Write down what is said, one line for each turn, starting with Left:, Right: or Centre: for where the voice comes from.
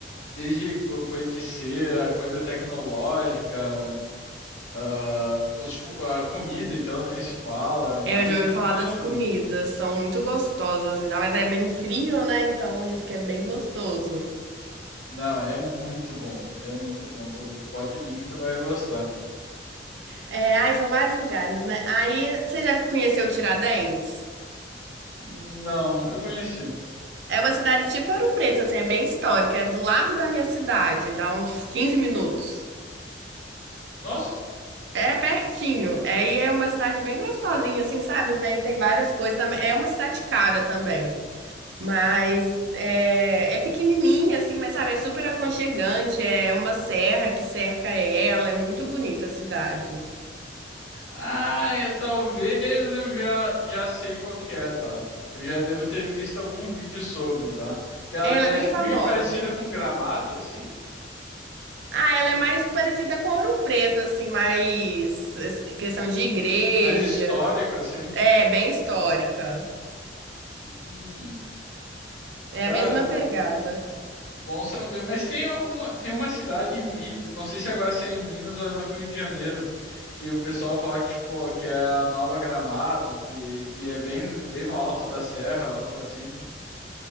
Left: desde co- coisa de cera, coisa tecnológica, ah, os fu- a comida então nem se fala, vale
Right: É, eu já
Left: muito
Right: ouvi falar
Left: a pena
Right: das
Left: vir.
Right: comidas, são muito gostosas, ainda mais aí é bem frio, né? Então diz que é bem gostoso.
Left: Não, é muito bom, é muito bom. Tu pode vir que tu vai gostar.
Right: É, ai, são vários lugares, né? Aí, você já conheceu Tiradentes?
Left: Não, nunca conheci.
Right: É uma cidade tipo Ouro Preto, assim, é bem histórica, é do lado da minha cidade, dá uns 15 minutos.
Left: Nossa.
Right: É pertinho, aí é uma cidade bem gostosinha, assim, sabe? Bem, tem várias coisas também. É uma cidade cara também. Mas é, é pequenininha, assim, mas sabe, é super aconchegante. É uma serra que cerca ela. É muito bonita a cidade.
Left: Ah, é, talvez eu já, já sei qual que é, tá? Eu já devo ter visto algum vídeo sobre, tá? Que ela
Right: Ela
Left: é
Right: é bem
Left: tipo
Right: famosa.
Left: meio parecida com Gramado, assim,
Right: Ah, ela é mais parecida com Ouro Preto, assim, mais eh, questão de igreja.
Left: mas histórico, assim.
Right: É, bem histórica.
Left: Hum,
Right: É
Left: cara,
Right: a mesma
Left: bom,
Right: pegada.
Left: bom saber. Mas tem alguma, tem uma cidade em Minas, não sei se agora se é em Minas ou é no Rio de Janeiro, que o pessoal fala que tipo que é a Nova Gramado, que que é bem bem no alto da serra, algo assim.